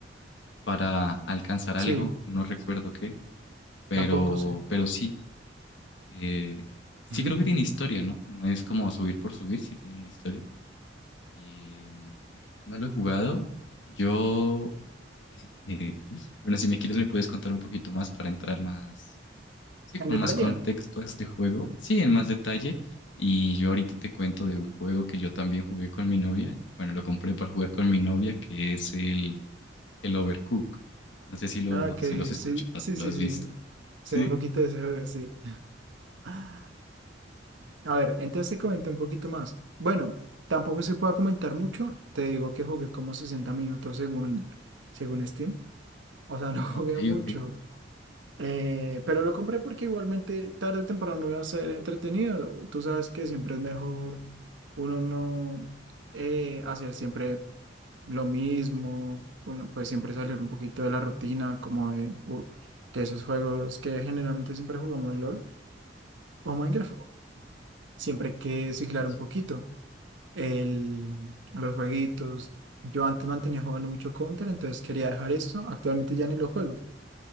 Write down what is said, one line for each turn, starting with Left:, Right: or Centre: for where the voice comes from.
Left: Para alcanzar
Right: Sí,
Left: algo, no recuerdo qué. Pero,
Right: tampoco sé.
Left: pero sí, eh, sí
Right: <laughs>
Left: creo que tiene historia, ¿no? No es como subir por subir, sí tiene una historia. Y mm, no lo he jugado. Yo, eh, <laughs> bueno, si me quieres me puedes contar un poquito más para entrar más, sí, con
Right: En detalle.
Left: más contexto a este juego. Sí, en más detalle. Y yo ahorita te cuento de un juego que yo también jugué con mi novia. Bueno, lo compré para jugar con mi novia, que es el, el Overcook. No sé si lo,
Right: Ah, ok,
Left: si lo has escuchado,
Right: sí, sí,
Left: lo
Right: sí,
Left: has
Right: sí.
Left: visto.
Right: Sé
Left: Sí.
Right: un poquito de ese juego, sí. <laughs> A ver, entonces te comento un poquito más. Bueno, tampoco se puede comentar mucho. Te digo que jugué como 60 minutos según, según Steam. O sea, no <laughs> jugué
Left: Ok,
Right: mucho.
Left: ok.
Right: Eh,
Left: Ay,
Right: pero lo compré porque igualmente tarde o temprano iba a ser entretenido. Tú sabes que siempre es mejor uno no eh, hacer siempre lo mismo. Uno pues siempre salir un poquito de la rutina, como de, u- de esos juegos que generalmente siempre jugamos LOL o Minecraft. Siempre hay que ciclar
Left: sí.
Right: un poquito. el- los jueguitos. Yo antes mantenía jugando mucho Counter, entonces quería dejar esto. Actualmente ya ni lo juego,